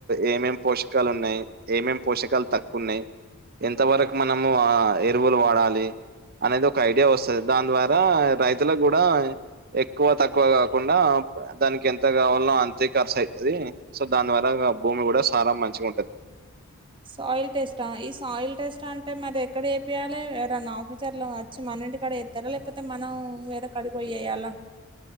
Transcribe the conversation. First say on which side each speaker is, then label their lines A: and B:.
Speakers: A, on the right (about 45°); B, on the right (about 20°).
A: ఏమేమి పోషకాలు ఉన్నాయి ఏమేం పోషకాలు తక్కువ ఉన్నాయి ఎంత వరకు మనము ఆ ఎరువులు వాడాలి అనేది ఒక ఐడియా వస్తుంది దాని ద్వారా రైతులకు కూడా ఎక్కువ తక్కువ కాకుండా దానికి ఎంత కావాలో అంతే ఖర్చ అయితది సో దాని ద్వారా భూమి కూడా సారా మంచిగా ఉంటది
B: సాయిల్ టెస్ట్ ఆ ఈ సాయిల్ టెస్ట్ అంటే మరి ఎక్కడ చేపియాలి నా ఆఫీసర్లు వచ్చి మనంటి కూడాడ చేత్ చేస్తారా లేకపోతే మనం వేరే కాడికి పోయి ఎయ్యాల